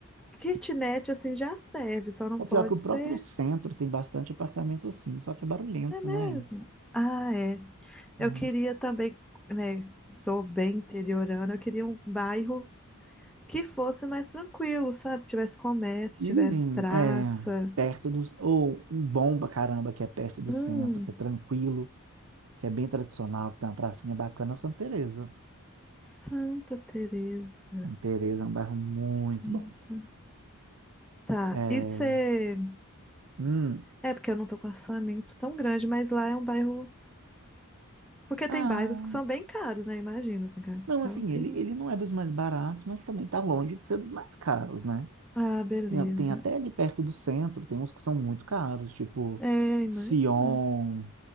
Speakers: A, in the centre; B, on the right (about 65°).
A: kitnet assim já serve, só não pode
B: O pior é que o
A: ser.
B: próprio centro tem bastante apartamento assim, só que é barulhento,
A: É mesmo.
B: né?
A: Ah, é. Eu
B: Aham.
A: queria também, né? Sou bem interiorana, eu queria um bairro que fosse mais tranquilo, sabe? Tivesse comércio,
B: E
A: tivesse praça.
B: é, perto do. Ou um bom pra caramba que é perto do
A: Hum,
B: centro, que é tranquilo, que é bem tradicional, que tem uma pracinha bacana, é o Santa Teresa.
A: Santa Teresa.
B: Santa Teresa é um bairro muito
A: Santa-
B: bom.
A: Tá.
B: É,
A: E você.
B: hum,
A: É porque eu não tô com orçamento tão grande, mas lá é um bairro Porque
B: ah,
A: tem bairros que são bem caros, né? Imagina, assim, capital
B: não, assim,
A: tem.
B: ele, ele não é dos mais baratos, mas também tá longe de ser dos mais caros, né?
A: Ah, beleza.
B: Tem tem até ali perto do centro, tem uns que são muito caros, tipo
A: É, imagina.
B: Sion,